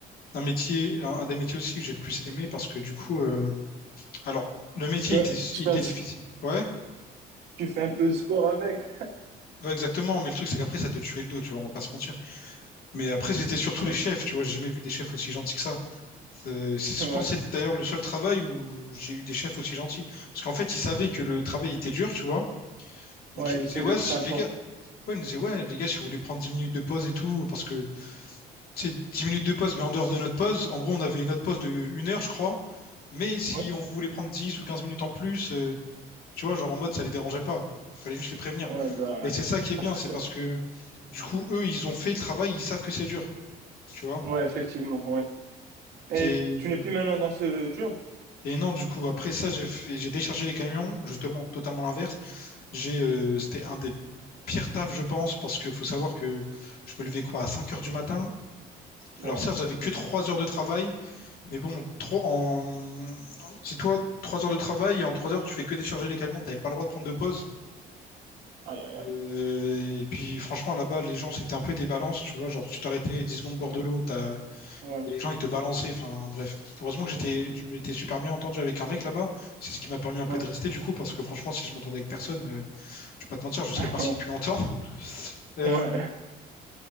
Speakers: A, on the left; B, on the right.
A: un métier, un, un des métiers aussi que j'ai le plus aimé parce que du coup, euh, alors, le métier
B: Ouais,
A: était,
B: Tu
A: il
B: fais
A: était
B: un, petit-
A: difficile. Ouais,
B: tu fais un peu de sport avec.
A: ouais, exactement. Mais le truc, c'est qu'après, ça te tuait le dos, tu vois, on va pas se mentir. Mais après, c'était surtout
B: <laughs>
A: les chefs, tu vois, j'ai jamais vu des chefs aussi gentils que ça. Euh, c'est-
B: Ouais,
A: je pense
B: ouais,
A: que c'est d'ailleurs le seul travail où j'ai eu des chefs aussi gentils. Parce qu'en fait, ils savaient que le travail était dur, tu vois.
B: ouais,
A: Donc, ils nous
B: il essaie
A: disaient, ouais,
B: d'être
A: si
B: sympa.
A: les gars, ouais, ils nous disaient, ouais, les gars, si vous voulez prendre 10 minutes de pause et tout, parce que c'est 10 minutes de pause, mais en dehors de notre pause, en gros, on avait notre pause de une heure, je crois. Mais si
B: Ouais,
A: on voulait prendre 10 ou 15 minutes en plus, euh, tu vois, genre en mode, ça les dérangeait pas. Il fallait juste les prévenir.
B: ouais, ben,
A: Et c'est ça qui est bien,
B: parce que
A: c'est
B: ça...
A: parce que du coup, eux, ils ont fait le travail, ils savent que c'est dur. Tu vois?
B: Ouais, effectivement, ouais. Et
A: C'est.
B: tu n'es plus maintenant dans ce job?
A: Et non, du coup, après ça, j'ai fait- j'ai déchargé les camions, justement, totalement l'inverse. J'ai, euh, c'était un des pires tafs, je pense, parce qu'il faut savoir que je me levais quoi, à 5 heures du matin.
B: Wow.
A: Alors, certes, j'avais que 3 heures de travail, Mais bon, trop en... si toi, trois heures de travail, et en trois heures, tu fais que décharger les camions, t'avais pas le droit de prendre de pause.
B: Aïe, aïe, aïe.
A: Euh, Et puis, franchement, là-bas, les gens, c'était un peu des balances, tu vois. Genre, tu t'arrêtais 10 secondes bord
B: Ouais,
A: de l'eau, t'as...
B: ouais,
A: les gens, ils te balançaient. Enfin, bref. Heureusement que j'étais... je m'étais super bien entendu avec un mec là-bas. C'est ce qui m'a permis un peu
B: ouais.
A: de rester, du coup, parce que franchement, si je m'entendais avec personne, euh, je vais pas te mentir, je serais
B: <laughs>
A: parti depuis longtemps. <laughs> Euh,
B: Ouais.